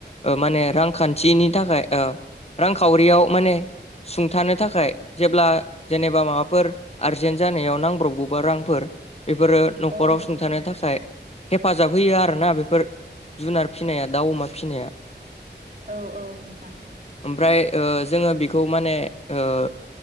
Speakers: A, on the left; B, on the right.
A: ओ माने रां खान्थिनि थाखाय रांखावरियाव माने सुंथानो थाखाय जेब्ला जेनेबा माबाफोर आरजेन जानायाव नांगौ नांब्रबगौबा रांफोर बेफोरो न'खराव
B: औ नोंथां
A: सुंथानो थाखाय। हेफाजाब होयो आरोना बेफोर जुनार फिसिनाया दाउ अमा फिसिनाया।
B: औव औव नोंथां।
A: ओमफ्राय ओ जोंङो बेखौ माने ओ